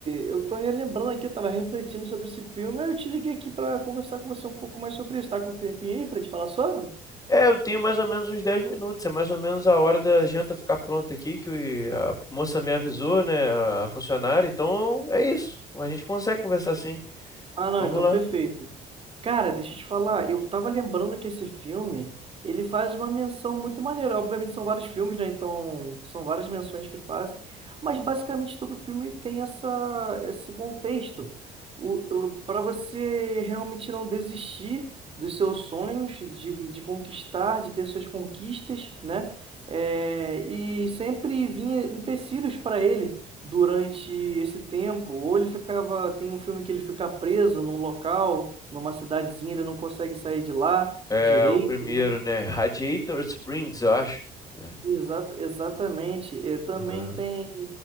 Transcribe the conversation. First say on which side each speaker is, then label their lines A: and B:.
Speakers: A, on the right; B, on the left.
A: eu tô relembrando aqui, eu tava refletindo sobre esse filme, aí eu te liguei aqui para conversar com você um pouco mais sobre isso. Tá com um tempinho aí para te falar sobre?
B: É, eu tenho mais ou menos uns 10 minutos, é mais ou menos a hora da janta ficar pronta aqui, que a moça me avisou, né, a funcionária, então é isso, a gente consegue conversar sim.
A: Ah, não,
B: Vamos
A: então
B: lá.
A: perfeito. Cara, deixa eu te falar, eu tava lembrando que esse filme, ele faz uma menção muito maneira. Obviamente são vários filmes, né? Então, são várias menções que fazem, mas basicamente todo filme tem essa, esse contexto. O, para você realmente não desistir dos seus sonhos, de, de conquistar, de ter suas conquistas, né? É, e sempre vinha empecilhos para ele durante esse tempo, ou ele ficava, tem um filme que ele fica preso num local, numa cidadezinha, ele não consegue sair de lá
B: É
A: direito,
B: o primeiro,
A: né?
B: né? Radiator Springs, eu acho. né?
A: Exa- exatamente. Eh, também
B: Aham.
A: tem